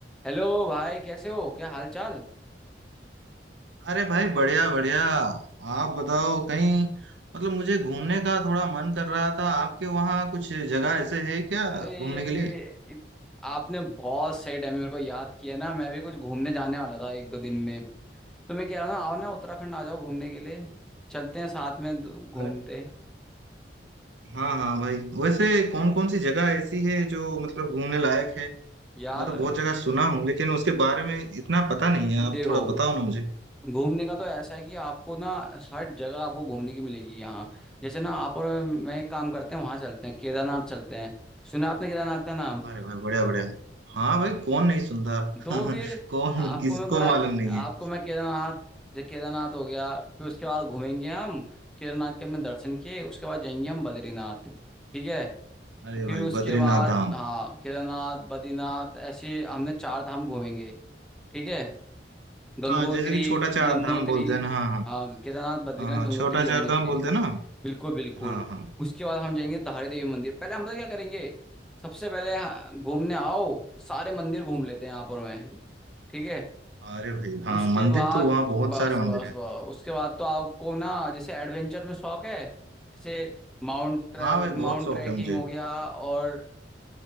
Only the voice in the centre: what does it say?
Hello भाई कैसे हो क्या हाल चाल
अरे
इत- आपने बहुत सही टाइम में मेरे को याद किया ना मैं भी कुछ घूमने जाने वाला था एक दो दिन में तो मैं कह रहा हूँ ना आओ ना उत्तराखंड आ जाओ घूमने के लिए चलते हैं साथ में दो- घूमते
यार
ये-
देखो
घूमने का तो ऐसा है कि आपको ना हर जगह आपको घूमने की मिलेगी यहाँ जैसे ना आप और मैं एक काम करते हैं वहां चलते हैं केदारनाथ चलते हैं सुना आपने केदारनाथ का नाम
तो
फिर
आपको
मैं पूरा
आपको
मैं केदारनाथ जो केदारनाथ हो गया फिर उसके बाद घूमेंगे हम केदारनाथ के हमने दर्शन किए उसके बाद जाएंगे हम बद्रीनाथ ठीक है
फिर
उसके
बाद
हाँ केदारनाथ बद्रीनाथ ऐसे हमने चार धाम घूमेंगे ठीक है गंगोत्री
यमुनोत्री
हाँ केदारनाथ बद्रीनाथ
गंगोत्री
यमुनोत्री
बिल्कुल बिल्कुल
उसके बाद हम जाएंगे धारी देवी मंदिर पहले हम पता क्या करेंगे सबसे पहले हाँ, घूमने आओ सारे मंदिर घूम लेते हैं यहाँ पर मैं ठीक है
उसके
बाद
बस
बस
बस उसके बाद तो आपको ना जैसे एडवेंचर में शौक है जैसे माउंट ट्रे,
माउंट
ट्रैकिंग
हो गया और